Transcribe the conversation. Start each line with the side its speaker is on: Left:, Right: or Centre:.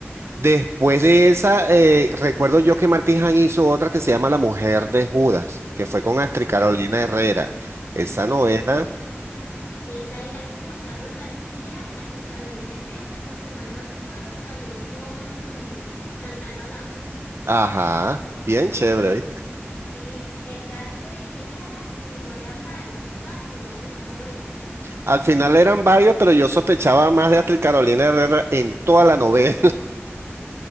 Right: Después de esa, eh, recuerdo yo que Martín hizo otra que se llama La Mujer de Judas, que fue con
Left: Ay.
Right: Astrid Carolina Herrera. Esa
Left: Esa
Right: novela,
Left: me encantaba. Esa era con Juan Carlos García, Astrid Carolina Herrera y si mal no recuerdo también con Chantal Badaud.
Right: ajá, bien chévere,
Left: Ay,
Right: ¿viste?
Left: Mm. sí, esa. Oye, ¿quién era el asesino? Eran varios, ¿verdad? Al final de esa novela.
Right: Al final eran varios, pero yo sospechaba más de Astrid Carolina Herrera en toda la novela.